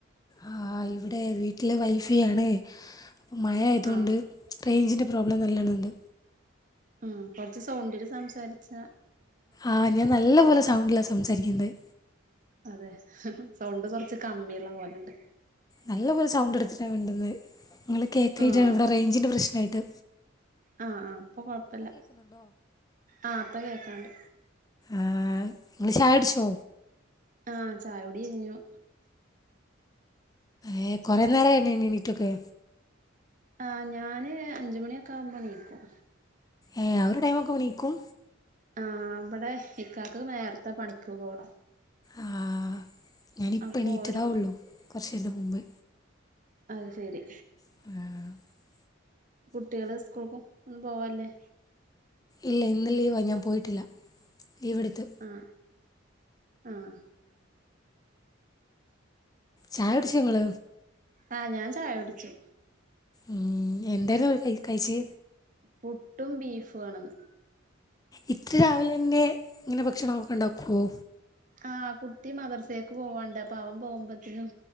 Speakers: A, on the left; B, on the right.
A: ആഹ് ഇവിടെ വീട്ടില് വൈഫയാണ് അപ്പൊ മഴായതൊണ്ട്
B: ആഹ്
A: റേഞ്ചിന്റെ പ്രോബ്ലം നല്ലണംണ്ട്
B: ഉം കൊറച്ച് സൗണ്ടില് സംസാരിച്ചാ
A: ആഹ് ഞാൻ നല്ല പോലെ സൗണ്ടിലാ സംസാരിക്കുന്നെത്
B: അതെ സൗണ്ട് കുറച്ച് കമ്മിള്ള പോലെണ്ട്
A: നല്ല പോലെ സൗണ്ട് എടുത്തിട്ടാ മിണ്ടുന്നത് ഇങ്ങള് കേൾക്കായിട്ടാണ്
B: ആഹ്
A: ഇവിടെ റേഞ്ചിന്റെ പ്രശ്നായിട്ട്
B: ആഹ് ആ ഇപ്പൊ കൊഴപ്പല്ല ആഹ് ഇപ്പൊ കേക്കാണ്ട്
A: ആഹ് ഇങ്ങള് ചായുടിച്ചോ
B: ആഹ് ചായുടി കയ്ഞ്ഞു
A: ഏഹ് കൊറെ നേരായിനീ എണീട്ടൊക്കെ
B: ആഹ് ഞാന് അഞ്ചുമണിയൊക്കെ ആവുമ്പോണീക്കും
A: ഏഹ് ആ ഒരു ടൈമൊക്കാമ്പൊ ണീക്കും
B: ആഹ് ഇവിടെ ഇക്കാക്ക് നേരത്തെ പണിക്ക് പോണം
A: ആഹ് ഞാനിപ്പ
B: അപ്പൊ
A: എണീറ്റതാ
B: ഒരു
A: ഉള്ളൂ കുറച്ച് നേരത്തെ മുമ്പ്
B: അത് ശരി
A: ഉം
B: കുട്ട്യാള് സ്കൂൾക്ക് ഒന്നു പോവാൻല്ലേ
A: ഇല്ല ഇന്ന് ലീവ ഞാൻ പോയിട്ടില്ല ലീവെടുത്ത്
B: അഹ് ആഹ്
A: ചായ കുടിച്ചോ നിങ്ങൾ
B: ആഹ് ഞാൻ ചായുടിച്ചു
A: ഉം എന്തേര്ന്നു കഴിച്ചെ
B: പുട്ടും ബീഫുവാണിന്ന്
A: ഇത്ര രാവിലെന്നെ ഇങ്ങനെ ഭക്ഷണം ഒക്കെ ഇണ്ടാക്കുവോ
B: ആ കുട്ടി മദർസേക്ക് പോവാണ്ട് അപ്പൊ അവൻ പോവുമ്പോത്തിനും